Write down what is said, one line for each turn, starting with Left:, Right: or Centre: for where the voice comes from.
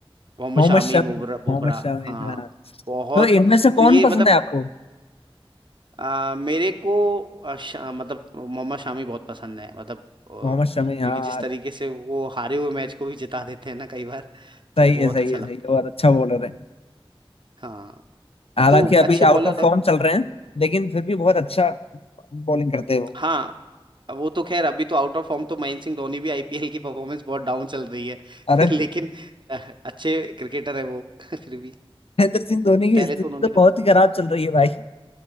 Right: मोहम्मद
Left: मोहम्मद
Right: शामी
Left: शमी
Right: बुमराह बुमराह
Left: मोहम्मद शमी
Right: हाँ
Left: हाँ
Right: बहुत
Left: तो इनमें से
Right: तो
Left: कौन
Right: ये
Left: पसंद
Right: मतलब
Left: है आपको
Right: आ, मेरे को आ, शा, मतलब मोहम्मद शामी बहुत पसंद है मतलब आ, क्योंकि
Left: मोहम्मद शमी हाँ
Right: जिस तरीके से वो हारे हुए मैच को भी जिता देते हैं ना कई बार तो
Left: सही
Right: बहुत
Left: है सही
Right: अच्छा
Left: है
Right: लगता
Left: सही है
Right: है
Left: और अच्छा बॉलर है
Right: हाँ
Left: हालांकि
Right: तो
Left: अभी
Right: अच्छे बॉलर
Left: आउट ऑफ
Right: है
Left: फॉर्म
Right: वो।
Left: चल रहे हैं लेकिन फिर भी बहुत अच्छा बॉलिंग करते हो
Right: हाँ वो तो खैर अभी तो आउट ऑफ फॉर्म तो महेंद्र सिंह धोनी भी आईपीएल की परफॉर्मेंस बहुत डाउन चल रही है
Left: अरे
Right: <laughs> लेकिन आ, अच्छे क्रिकेटर है वो <laughs> फिर भी
Left: महेंद्र सिंह धोनी की
Right: पहले
Left: स्थिति
Right: तो उन्होंने
Left: तो
Right: काफी
Left: बहुत ही खराब चल रही है भाई